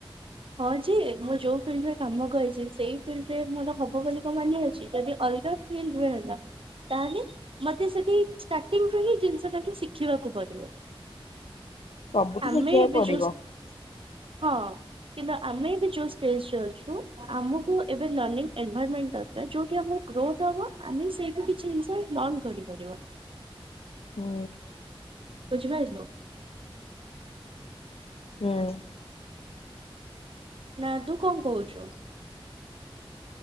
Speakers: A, on the right; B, on the left.
A: ହଁ ଯେ ମୁଁ ଯୋଉ ଫିଲ୍ଡରେ କାମ କରିଛି, ସେଇ ଫିଲ୍ଡ ରେ ମୋର ହବ ବୋଲି କଣ ମାନେ ଅଛି, ଯଦି ଅଲଗା ଫିଲ୍ଡ ରେ ହେଲା। ତାହେଲେ ମତେ ସେଠି ଷ୍ଟାର୍ଟିଙ୍ଗରୁ ହିଁ ଜିନିଷଟାକୁ ଶିଖିବାକୁ ପଡିବ।
B: ସବୁଠି
A: ଆମେ
B: ଶିଖିବାକୁ
A: ଏବେ
B: ପଡିବ।
A: ଯଉ ହଁ କିମ୍ବା ଆମେ ଏବେ ଯୋଉ ଷ୍ଟେଜରେ ଅଛୁ ଆମକୁ ଏବେ ଲର୍ଣ୍ଣିଙ୍ଗ ଏନଭରମେଣ୍ଟ ଦରକାର୍, ଯଉଠି ଆମର ଗ୍ରୋଥ ହବ ଆମେ ସେଇଠୁ କିଛି ଜିନିଷ ଲର୍ଣ କରିପାରିବା।
B: ହୋ
A: ବୁଝିପାରିଲୁ?
B: ହୁଁ
A: ନା ତୁ କଣ କହୁଛୁ?